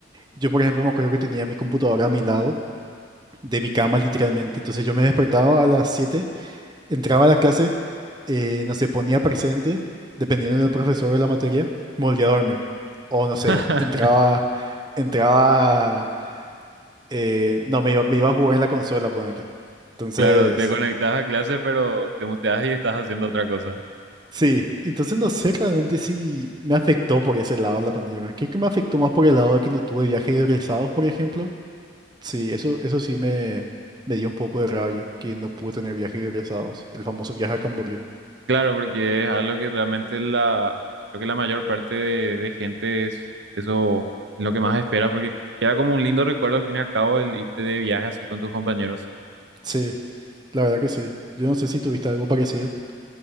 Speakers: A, on the right; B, on the right.
A: Yo, por ejemplo, me acuerdo que tenía mi computadora a mi lado, de mi cama literalmente. Entonces yo me despertaba a las siete entraba a la clase, eh, no sé, ponía presente, dependiendo del profesor de la materia, me volvía a dormir. O no
B: <laughs>
A: sé, entraba, entraba, eh, no, me iba, me iba a jugar en la consola, ponerle. Entonces,
B: Claro, te conectas a clase, pero te muteas y estás haciendo otra cosa.
A: Sí, entonces no sé realmente si me afectó por ese lado la pandemia. Creo que me afectó más por el lado de que no tuve viajes egresados, por ejemplo. Sí, eso, eso sí me, me dio un poco de rabia, que no pude tener viajes egresados. El famoso viaje a Camboriú.
B: Claro, porque es algo que realmente la, creo que la mayor parte de, de gente es eso lo que más espera, porque queda como un lindo recuerdo al fin y al cabo el irte de viaje así con tus compañeros.
A: Sí, la verdad que sí. Yo no sé si tuviste algo parecido.